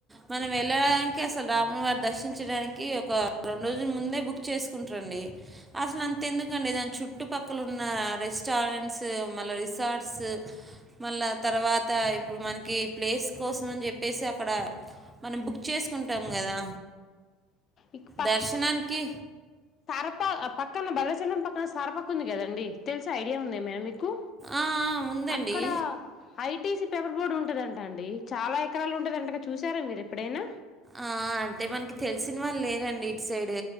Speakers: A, on the right (about 15°); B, on the left (about 40°).
A: మనం వెళ్ళడానికి అసలు రాముని వారి దర్శించడానికి ఒక రెండు రోజులు ముందే బుక్ చేసుకుంటారండి, అసలు అంత ఎందుకండి దాని చుట్టుపక్కల ఉన్న రెస్టారెంట్స్ మళ్ళ రిసార్ట్స్. మళ్ళా తర్వాత ఇప్పుడు మనకి ప్లేస్ కోసం అని చెప్పేసి అక్కడ మనం బుక్ చేసుకుంటాం కదా
B: ఇక
A: దర్శనానికి,
B: ఓప్పా ఆ పక్కన బల్లచలం పక్కన సరపకు ఉంది కదండి తెలుస ఐడియా ఉంది మేమ్ మీకు
A: ఆ! ఆ! ఉందండి.
B: అక్కడ ఐటీసీ పేపర్ బోర్డు ఉంటుదంటా అండి చాలా ఎకరాలు ఉంటదంటగా చూసారా మీరు ఎప్పుడైనా,
A: ఆ అంటే మనకి తెలిసిన వాళ్ళు లేరండి ఇటు సైడు